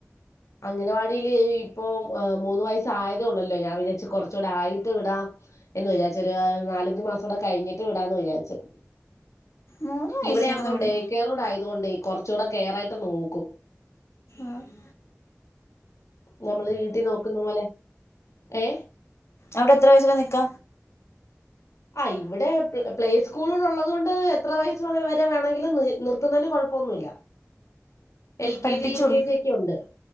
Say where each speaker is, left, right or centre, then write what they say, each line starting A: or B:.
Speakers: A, on the left; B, on the left.
A: അംഗനവാടില് ഇപ്പൊ മൂന്ന് വയസ്സായതേ ഒള്ളല്ലോ ഞാൻ വിചാര്ച്ച് കുറച്ചുകൂടെ ആയിട്ട് വിടാം എന്ന് വിചാരിച്ച് ഒരു നാലഞ്ചു മാസകുടെ കഴിഞ്ഞിട്ട് വിടാ എന്ന് വിചാരിച്ചു
B: മൂന്ന് വയസ്സിനൊക്കെന്ന്
A: ഇവിടെയാവുമ്പോ
B: വിട്
A: ഡേ കെയറോടെ ആയത് കൊണ്ടേ കുറച്ച് കൂടെ കെയറായിട്ട് നോക്കും
B: ആഹ്
A: നമ്മള് വീട്ടി നോക്കുന്ന പോലെ ഏ
B: അവിടെ എത്ര വയസ്സിലാ നിക്ക
A: ആഹ് ഇവിടെ പ്ലേ സ്കൂളൂടെ ഉള്ളത് കൊണ്ട് എത്ര വയസ്സ് വരെ വേണമെങ്കിലും നി നിർത്തുന്നതിന് കൊഴപ്പൊന്നുല്ല എൽ
B: പഠിപ്പിച്ചു
A: കെ ജി യു
B: കൊടു
A: കെ ജി ഒക്കെ ഉണ്ട്